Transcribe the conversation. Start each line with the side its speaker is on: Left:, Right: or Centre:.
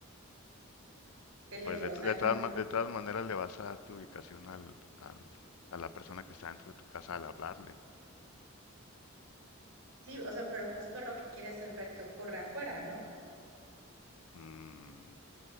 Right: qué le
Left: Pues
Right: digo?
Left: de,
Right: O
Left: to-
Right: sea,
Left: de
Right: hay
Left: todas,
Right: un ruido.
Left: ma- de todas maneras le vas a dar tu ubicación al, al- a la persona que está dentro de tu casa al hablarle.
Right: Sí, o sea, pero justo lo que quieres es ver qué ocurre afuera, ¿no?
Left: Mm,